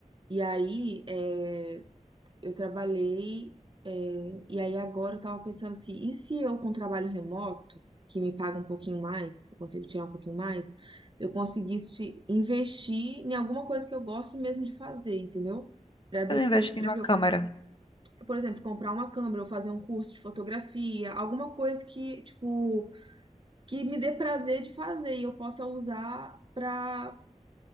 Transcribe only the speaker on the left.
Eu não investi
numa
câmera.